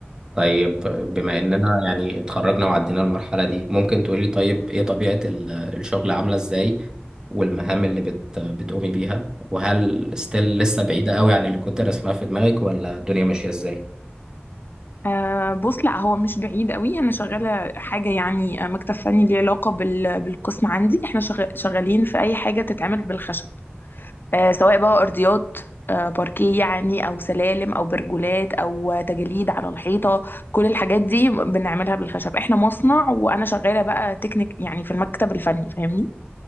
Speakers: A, on the right (about 15°); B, on the left (about 55°).
A: طيب بما اننا يعني اتخرجنا وعدينا المرحلة دي ممكن تقولي طيب ايه طبيعة ال- الشغل عاملة ازاي والمهام اللي بت بتقومي بيها وهل ستيل لسه بعيدة قوي عن اللي كنت رسمها في دماغك ولا الدنيا ماشية ازاي؟
B: آه بص لا هو مش بعيد قوي انا شغاله حاجه يعني آه، مكتب فني ليه علاقه بال- بالقسم عندي احنا شغ- شغالين في اي حاجه بتتعمل بالخشب آه، سواء بقى أرضيات آه، باركيه يعني أو سلالم أو برجولات أو تجليد على الحيطة كل الحاجات دي بنعملها بالخشب احنا مصنع وأنا شغالة بقى تكنيك يعني في المكتب الفني فاهمني